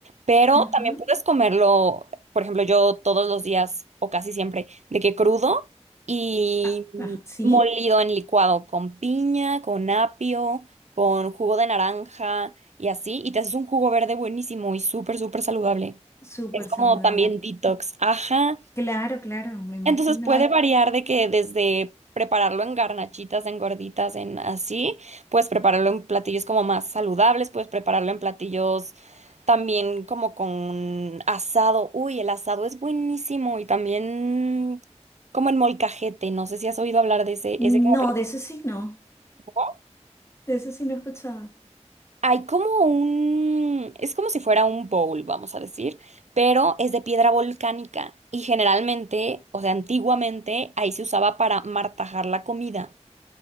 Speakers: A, on the right (about 75°); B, on the left (about 25°).
A: pero
B: Ajá.
A: también puedes comerlo, por ejemplo, yo todos los días o casi siempre, de que crudo y
B: Ah, ajá. Sí,
A: molido en licuado con piña, con apio, con jugo de naranja y así, y te haces un jugo verde buenísimo y súper, súper saludable.
B: súper
A: Es como
B: saludable.
A: también detox. Ajá.
B: Claro, claro, me imagino.
A: Entonces puede
B: Ay,
A: variar de que desde prepararlo en garnachitas, en gorditas, en así, puedes prepararlo en platillos como más saludables, puedes prepararlo en platillos también como con asado. Uy, el asado es buenísimo y también como en molcajete, no sé si has oído hablar de ese,
B: no,
A: ese como
B: de eso sí no,
A: platillo.
B: de eso sí no he escuchado.
A: Hay como un, es como si fuera un bowl, vamos a decir, pero es de piedra volcánica y generalmente, o sea, antiguamente ahí se usaba para martajar la comida.